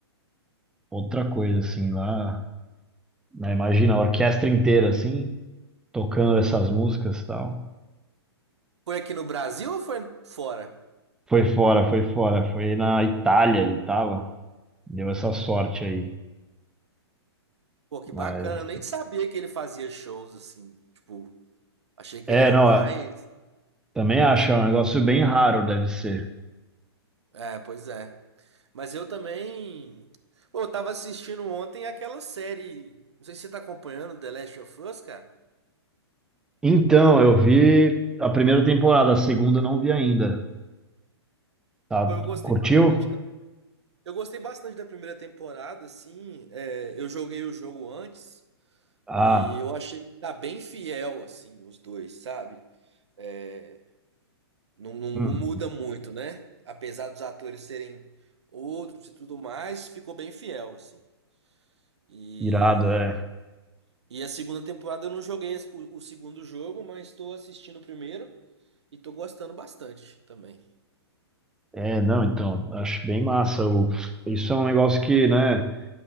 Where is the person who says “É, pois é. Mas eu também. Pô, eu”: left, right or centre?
Right